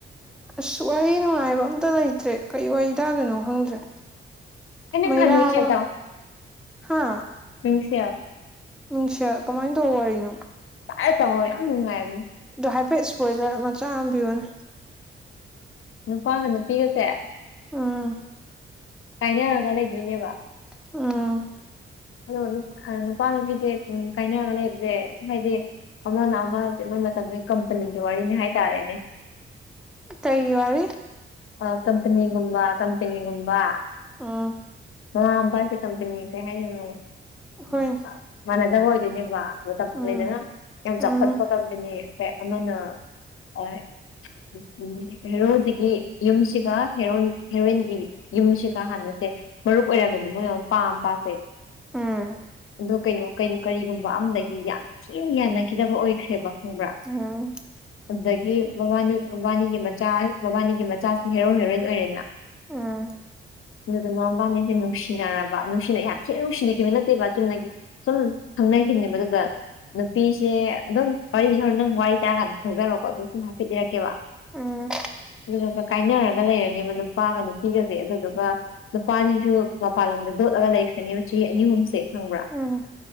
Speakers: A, in the centre; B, on the left (about 80°).
A: ꯑꯁ ꯋꯥꯔꯤ ꯅꯨꯡꯉꯥꯏꯕ ꯑꯝꯇ ꯂꯩꯇ꯭ꯔꯦ ꯀꯩ ꯋꯥꯔꯤ ꯇꯥꯗꯣꯏꯅꯣ ꯈꯪꯗ꯭ꯔꯦ
B: ꯑꯩꯅ
A: ꯃꯩꯔꯕ
B: ꯅꯍꯥꯟ ꯃꯤꯡꯁꯦꯜ
A: ꯍꯥꯥ
B: ꯃꯤꯡꯁ‌ꯦꯜ
A: ꯃꯤꯡꯁ‌ꯦꯜ ꯀꯃꯥꯏ ꯇꯧꯕ ꯋꯥꯔꯤꯅꯣ
B: <unintelligible> ꯌꯥꯝ ꯅꯨꯡꯉꯥꯏꯕꯅꯤ
A: ꯑꯗꯣ ꯍꯥꯏꯐꯦꯠ ꯏꯁꯄꯣꯏꯂꯔ ꯃꯆꯥ ꯑꯃ ꯄꯤꯌꯣꯅꯦ꯫
B: ꯅꯨꯄꯥꯒ ꯅꯨꯄꯤꯒꯁꯦ꯫
A: ꯎꯝ꯫
B: ꯀꯥꯏꯅꯔꯒ ꯂꯩꯗꯣꯏꯅꯦꯕ꯫
A: ꯎꯝ꯫
B: ꯑꯗꯣ ꯅꯨꯄꯥ ꯅꯨꯄꯤꯁꯦ ꯎꯝ ꯀꯥꯏꯅꯔꯒ ꯂꯩꯔꯁꯦ ꯍꯥꯏꯗꯤ꯫ ꯑꯃꯅ ꯑꯃ <unintelligible> ꯀꯝꯄꯅꯤꯒꯤ ꯋꯥꯔꯤꯅꯤ ꯍꯥꯏꯇꯥꯔꯦꯅꯦ꯫
A: ꯀꯩꯒꯤ ꯋꯥꯔꯤ
B: ꯑꯥ ꯀꯝꯄꯅꯤꯒꯨꯝꯕ ꯀꯝꯄ‌ꯦꯅꯤꯒꯨꯝꯕ
A: ꯑꯣ
B: ꯃꯃꯥ ꯃꯄꯥꯁꯦ ꯀꯝꯄꯦꯅꯤ ꯀꯩ ꯍꯥꯏꯗ‌ꯣꯏꯅ‌ꯣ ꯎꯝ
A: ꯍꯣꯏꯅꯦ
B: ꯑꯥ ꯃꯥꯟꯅꯗꯕ ꯑꯣꯏꯗꯣꯏꯅ‌ꯦꯕ ꯃꯇꯝ ꯂ‌ꯣꯏꯌ‌ꯦꯗꯅ
A: ꯎꯝ
B: ꯌꯥꯝ ꯆꯥꯎꯈꯠꯄ
A: ꯎꯝ
B: ꯀꯝꯄꯦꯅꯤ ꯍ‌ꯣꯏ ꯑꯃꯅ ꯍ‌ꯣꯏ ꯎꯝ ꯍꯦꯔꯣꯖꯤꯒꯤ ꯌꯨꯝꯁꯤꯒ ꯍꯦꯔ‌ꯣ ꯍꯦꯔꯣꯏꯟꯒꯤ ꯌꯨꯝꯁꯤꯒ ꯍꯥꯟꯅꯁꯦ ꯃꯔꯨꯞ ꯑꯣꯏꯔꯝꯃꯦꯕ ꯃꯣꯏ ꯃꯄꯥ‌ ꯃꯄꯥꯁꯦ
A: ꯎꯝ
B: ꯑꯗꯣ ꯀꯩꯅꯣ ꯀꯩꯅꯣ ꯀꯔꯤꯒꯨꯝꯕ ꯑꯃꯗꯒꯤ ꯌꯥꯝ ꯊꯤꯅ ꯌꯥꯅꯈꯤꯗꯕ ꯑꯣꯏꯈ꯭ꯔꯦꯕ ꯈꯪꯕ꯭ꯔꯥ
A: ꯑꯝ
B: ꯑꯗꯨꯗꯒꯤ ꯃꯕꯥꯅꯤ ꯃꯕꯥꯅꯤꯒꯤ ꯃꯆꯥ ꯃꯕꯥꯅꯤꯒꯤ ꯃꯆꯥꯁ‌ꯤꯅ ꯍꯦꯔꯣ ꯍꯦꯔꯣꯏꯟ ꯑꯣꯏꯔꯦꯗꯅ
A: ꯎꯝ
B: ꯑꯗꯨꯗ ꯃ ꯃꯕꯥꯅꯤꯁꯦ ꯅꯨꯡꯁꯤꯅꯔꯕ ꯅꯨꯡꯁꯤꯅꯩ ꯌꯥꯝ ꯊꯤꯅ ꯅꯨꯡꯁꯤꯅꯩ ꯀꯩꯅ‌ꯣ ꯅꯠꯇꯦꯕ ꯆꯨꯝꯅꯒꯤ ꯁꯨꯝ ꯈꯪꯅꯈꯤꯕꯅꯦ ꯃꯗꯨꯗ ꯅꯨꯄꯤꯁꯦ ꯑꯗꯨꯝ ꯋꯥꯔꯤꯁ‌ꯦ ꯍ‌ꯣꯏꯔ‌ꯦꯟ ꯅꯪ ꯋꯥꯔꯤ ꯇꯥꯔꯀꯥꯟꯗ ꯈꯪꯖꯔ‌ꯣꯀꯣ ꯑꯗꯨ ꯁꯨꯝ ꯍꯥꯏꯐꯦꯠ ꯂꯤꯔꯛꯀꯦꯕ
A: ꯎꯝ
B: ꯑꯗꯨꯗꯨꯒ ꯀꯥꯏꯅꯔꯒ ꯂꯩꯔꯅꯤꯕ ꯅꯨꯄꯥꯒ ꯅꯨꯄꯤꯒꯁꯦ ꯑꯗꯨꯗꯨꯒ ꯅꯨꯄꯥꯅꯤꯁꯨ ꯃꯄꯥꯟ ꯂꯝꯗ ꯂꯣꯠꯂꯒ ꯂꯩꯈ꯭ꯔꯅꯤꯕ ꯆꯍꯤ ꯑꯅꯤ ꯑꯍꯨꯝꯁꯦ ꯈꯪꯕ꯭ꯔꯥ
A: ꯎꯝ